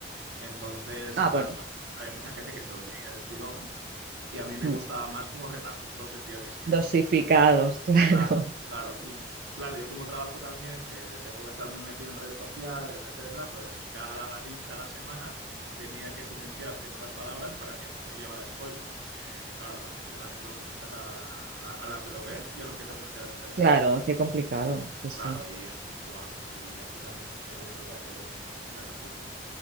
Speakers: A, on the right; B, on the right.
A: Entonces,
B: Ah,
A: claro,
B: bueno,
A: había mucha gente que se los veía del tirón, y a mí me
B: mm.
A: gustaba más como repartirlos en días distintos.
B: Dosificados, <laughs> claro,
A: Claro, claro. Y claro, yo como trabajo también, que tengo que estar muy metido en redes sociales, etcétera, pues cada di- cada semana tenía que silenciar ciertas palabras para que no me llevara spoilers, porque claro, la gente también lo comenta cada, a la, a la que lo ve, ya lo empieza a comentar en redes.
B: claro, qué complicado, sí, sí.
A: Claro, y es como, guau. Y aquí también he tenido que hacer un, e- un ejercicio.